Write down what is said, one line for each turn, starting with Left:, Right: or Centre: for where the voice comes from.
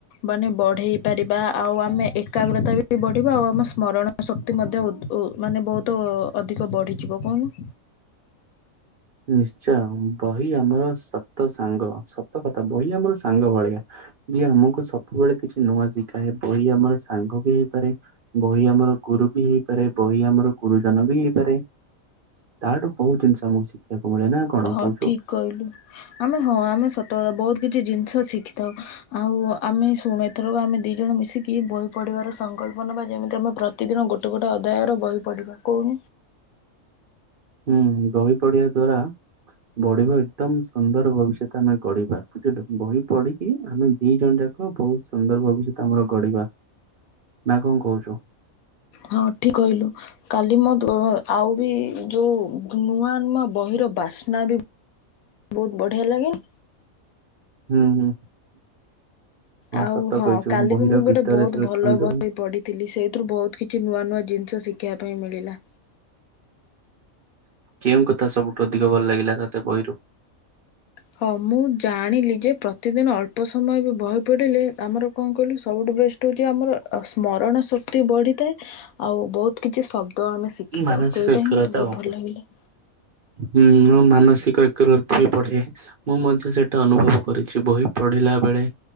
Left: ମାନେ ବଢେଇ ପାରିବା ଆଉ ଆମେ ଏକାଗ୍ରତା ବି ବଢିବା ଆଉ ଆମ ସ୍ମରଣ ଶକ୍ତି ମଧ୍ୟ ଉତ୍ ମାନେ ବହୁତ ଅଧିକ ବଢିଯିବ କଣ
Right: ନିଶ୍ଚୟ ବହି ଆମର ସତ ସାଙ୍ଗ ସତ କଥା ବହି ଆମର ସାଙ୍ଗ ଭଳିଆ। ଯିଏ ଆମକୁ ସବୁବେଳେ କିଛି ନୂଆ ଶିଖାଏ ବହି ଆମର ସାଙ୍ଗ ବି ହେଇପାରେ, ବହି ଆମର ଗୁରୁ ବି ହେଇପାରେ ବହି ଆମର ଗୁରୁଜନ ବି ହେଇପାରେ। ତାଠୁ ବହୁତ ଜିନିଷ ଆକୁ ଶିଖିବାକୁ ମିଳେ ନା କଣ
Left: ହଁ
Right: କହୁଛୁ?
Left: ଠିକ୍ କହିଲୁ ଆମେ ହଁ ଆମେ ସତ କଥା ବହୁତ କିଛି ଜିନିଷ ଶିଖିଥାଉ ଆଉ ଆମେ ଶୁଣେ ଏଥିର ଆମେ ଦି ଜଣ ମିଶିକି ବହି ପଢ଼ିବାର ସଂକଳ୍ପ ନେବା ଯେମିତି ଆମେ ପ୍ରତିଦିନ ଗୋଟେ ଗଟେ ଗୋଟେ ଅଦାୟର ବହି ପଡ଼ିବା କଉ
Right: ହୁଁ ବହି ପଢିବା ଦ୍ଵାରା ବଢିବ ଏକଦମ ସୁନ୍ଦର ଭବିଷ୍ୟତ ଆମେ ଗଢିବା ବୁଝିଲୁ ବହି ପଢିକି ଆମେ ଦି ଜଣ ଯାକ ବହୁତ ସୁନ୍ଦର ଭବିସ୍ୟତ ଆମର ଗଢିବା ନା କଣ କହୁଛୁ?
Left: ହଁ ଠିକ କହିଲୁ। କାଲି ମ ଆଉ ବି ଯୋଉ ନୂଆ ନୂଆ ବହିର ବାସ୍ନା ବି ବହୁତ ବଢିଆ ଲାଗେନି?
Right: ହୁଁ ହୁଁ
Left: ଆଉ
Right: ସତ
Left: ହଁ
Right: କହିଛୁ
Left: କାଲି
Right: ବହିର
Left: ବି ମୁଁ ଗୋଟେ
Right: ଭିତରେ
Left: ବହୁତ
Right: ଯେତେବେଳେ
Left: ଭଲ
Right: ଖୋଲିଦବୁ
Left: ବହି ପଢ଼ିଥିଲି ସେଇଥିରୁ ବହୁତ କିଛି ନୂଆ ନୂଆ ଜିନିଷ ଶିଖି ଶୀଖିବା ପାଇଁ ମିଳିଲା
Right: କେଉଁ କଥା ସବୁଠୁ ଅଧିକ ଭଲ ଲାଗିଲା ତତେ ବହିରୁ
Left: ହଁ ମୁଁ ଜାଣିଲି ଯେ ପ୍ରତିଦିନ ଅଳ୍ପ ସମୟ ବି ବହି ପଡ଼ିଲେ ଆମର କଣ କହିଲୁ ସବୁଠୁ ବେଷ୍ଟ ହେଉଛି ଆମର ସ୍ମରଣ ଶକ୍ତି ବଢ଼ିଥାଏ ଆଉ ବହୁତ କିଛି ଶବ୍ଦ ଆମେ ଶିଖିଥାଉ
Right: ମାନସିକ
Left: ସେଇଟା
Right: ଏକରତା
Left: ହିଁ ମତେ ବହୁତ
Right: ଆଉ
Left: ଭଲ ଲାଗିଲା
Right: ହୁଁ ମାନସିକ ଏକତ ବି ବଢେ। ମୁଁ ମଧ୍ୟ ସେଇଟା ଅନୁଭବ କରିଛି ବହି ପଢ଼ିଲା ବେଳେ